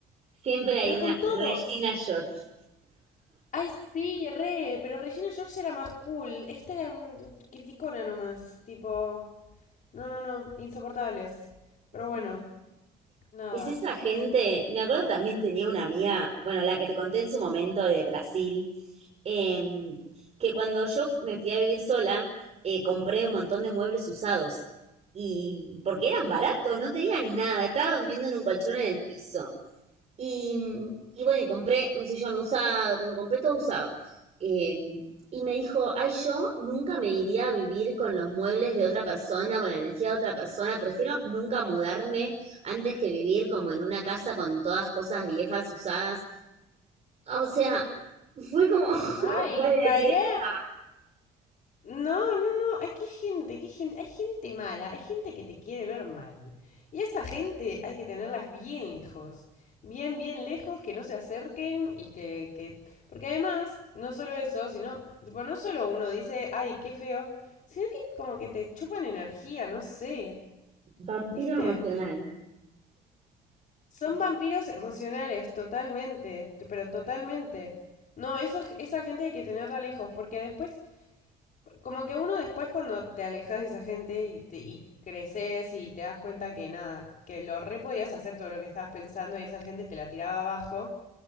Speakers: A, on the right; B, on the left.
A: Siempre hay
B: pero
A: una
B: con todos.
A: Regina George.
B: Ay, sí, re, pero Regina George era más cool. Esta era un- criticona nomás, tipo, no, no, no, insoportables. Pero bueno,
A: Sí.
B: nada.
A: Es esa gente. Me acuerdo también tenía una amiga, bueno, la que te conté en su momento de Brasil, em, que cuando yo f- me fui a vivir sola, eh, compré un montón de muebles usados. Y porque eran baratos, no tenían nada, estaba durmiendo en un colchón en el piso. Y, y bueno, y compré un sillón usado, como compré todo usado. Eh, y me dijo, ay, yo nunca me iría a vivir con los muebles de otra persona, con la energía de otra persona, prefiero nunca mudarme antes que vivir como en una casa con todas cosas viejas, usadas. O sea, fue como, <laughs> no
B: Ay,
A: me puedes
B: pará.
A: decir esa.
B: No, no, no, hay que gente, qué gente, hay gente mala, hay gente que te quiere ver mal. Y a esa gente hay que tenerlas bien lejos, bien, bien lejos, que no se acerquen y que, que... Porque además, no solo eso, sino, tipo, no solo uno dice, ay, qué feo, sino que como que te chupan energía, no sé.
A: Vampiro
B: ¿Viste?
A: emocional.
B: Son vampiros emocionales, totalmente, t- pero totalmente. No, eso, esa gente hay que tenerla lejos, porque después, como que uno después cuando te alejas de esa gente y, te- y creces y te das cuenta que nada, que lo re podías hacer todo lo que estabas pensando y esa gente te la tiraba abajo,